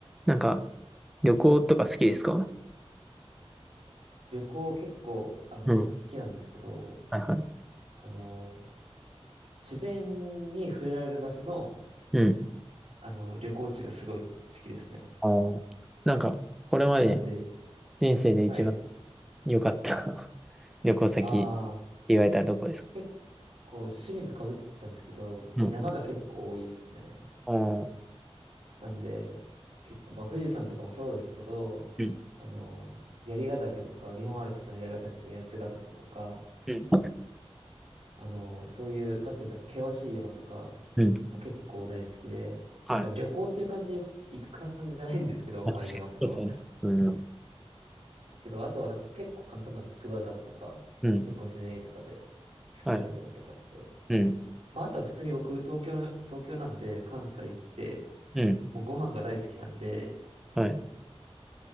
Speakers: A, in the centre; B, on the right.
A: なんか、旅行とか好きですか
B: 旅行結構、あの、
A: うん。
B: 好きなんですけど、
A: はいはい。
B: あの、自然に触れられる場所の、
A: うん。
B: あの、旅行地がすごい好きですね。
A: あーなんか、これまで
B: なんで、
A: 人生で一番
B: はい。
A: 良かった <laughs> 旅行先って
B: ああ、
A: 言われたらどこですか
B: 結構趣味とかぶっちゃうんですけど、
A: うん。
B: 山が結構多いですね。
A: あー
B: なんで、結構、まあ、富士山とかもそうですけど、
A: うん。
B: あの、槍ヶ岳とか、日本アルプスの槍ヶ岳とか、八ヶ岳とか、
A: うん
B: あの、そういう、なんて言うんだろう、険しい山とか
A: うん。
B: も結構大好きで、
A: はい。
B: なんか旅行っていう感じで行く行く感じじゃないんですけど、
A: まあ、
B: もうああいう山とかは。
A: 確かにそうですよね。うん。
B: けど、あとはなんか結構簡単な筑波山とか、
A: うん。
B: 結構自然豊かで好きだったりとかして。
A: はいはい。うん。
B: まあ、あとは普通に僕、東京の、東京なんで、関西行って、
A: うん。
B: もうご飯が大好きなんで、
A: はい。